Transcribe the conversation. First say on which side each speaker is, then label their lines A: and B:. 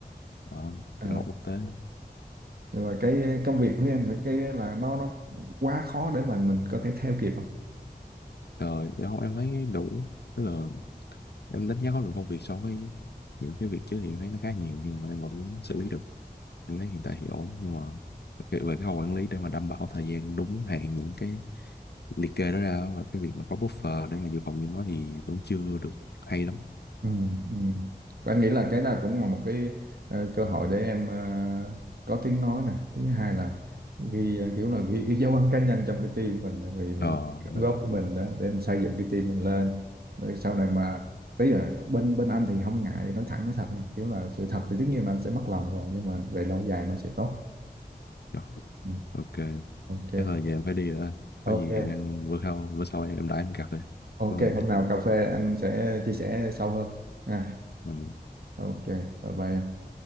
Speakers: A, on the left; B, on the right.
A: Ờ,
B: Ờ,
A: em học quốc tế
B: nhưng mà cái công việc của em thì cái là nó nó quá khó để mà mình có thể theo kịp không
A: rồi em không em thấy đủ tức là em đánh giá khối lượng công việc so với những cái việc trước thì em thấy nó khá nhiều nhưng mà em vẫn xử lý được em thấy hiện tại thì ổn nhưng mà cái- về cái khâu quản lý để mà đảm bảo thời gian đúng hạn những cái liệt kê đó ra và cái việc mà có buffer để mà dự phòng cho nó thì vẫn chưa được hay lắm
B: ừ, ừ. Và anh nghĩ là cái nào cũng là một cái ờ, cơ hội để em ờ, có tiếng nói nè thứ hai là ghi ờ, kiểu là ghi cái dấu ấn cá nhân trong cái team mình tại vì mình
A: ờ rồi,
B: đóng góp của mình đó để mình xây dựng cái team mình lên để sau này mà tí là bên bên anh thì không ngại nói thẳng nói thật nha kiểu là sự thật thì tất nhiên là anh sẽ mất lòng rồi nhưng mà về lâu dài nó sẽ tốt
A: rồi,
B: ừ.
A: ok
B: ok
A: chắc là giờ em phải đi rồi đó
B: ok
A: có gì hẹn anh bữa sau bữa sau em đãi anh cà phê
B: Ok,
A: vâng anh
B: hôm nào cà phê anh sẽ chia sẻ sâu hơn. Ha.
A: Ừ.
B: Ok, bye bye. em.